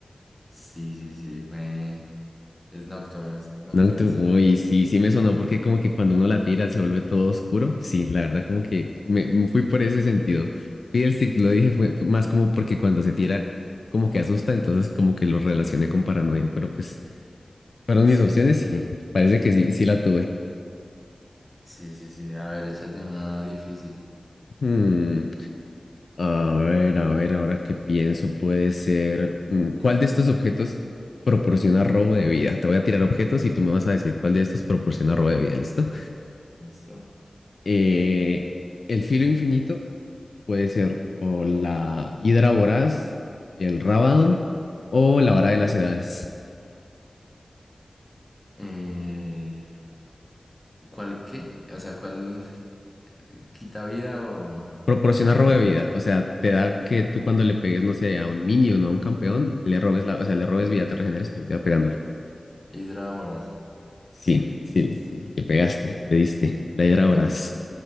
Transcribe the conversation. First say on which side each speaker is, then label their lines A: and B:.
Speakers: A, on the left; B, on the left.
A: Sí, sí, sí, me... es Nocturne, es Nocturne,
B: Nocturne,
A: sí.
B: uy, sí, sí me sonó porque como que cuando uno la tira se vuelve todo oscuro. Sí, la verdad como que me, me fui por ese sentido. Fiddlesticks lo dije fue fue más como porque cuando se tira como que asusta, entonces como que lo relacioné con paranoia, pero pues fueron
A: Sí,
B: mis opciones y parece que sí, sí la tuve.
A: sí, sí, sí. A ver, échate una difícil.
B: Hmm, a ver, a ver, ahora que pienso puede ser, mm, ¿cuál de estos objetos proporciona robo de vida? Te voy a tirar objetos y tú me vas a decir cuál de estos proporciona robo de vida, ¿listo?
A: Listo.
B: Eh, el filo infinito puede ser o la hidra voraz, el Rabadon o la vara de las edades.
A: Eh, ¿cuál qué? O sea, ¿cuál quita vida o
B: Proporciona
A: reina?
B: robo de vida, o sea, te da que tú cuando le pegues, no sé, a un minion o no a un campeón, le robes la, o sea, le robes vida, te regeneres tu vida pegándole.
A: Hidra Voraz.
B: Sí, sí, sí, le pegaste, le diste, la hidra
A: Eh,
B: voraz.
A: ca- ca-